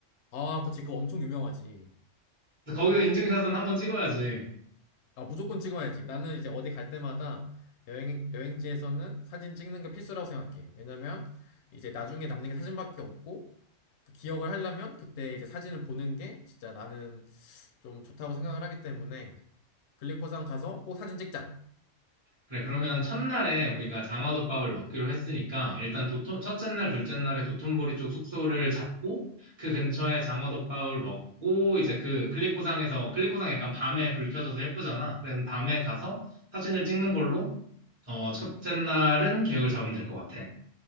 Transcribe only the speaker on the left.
아, 그치. 그거 엄청 유명하지.
아, 무조건 찍어야지. 나는 이제 어디 갈 때마다 여행, 여행지에서는 사진 찍는 게 필수라고 생각해. 왜냐면 이제 나중에 남는 게 사진밖에 없고 그 기억을 하려면 그때 이제 사진을 보는 게 진짜 나는 좀 좋다고 생각을 하기 때문에 글리코산 가서 꼭 사진 찍자.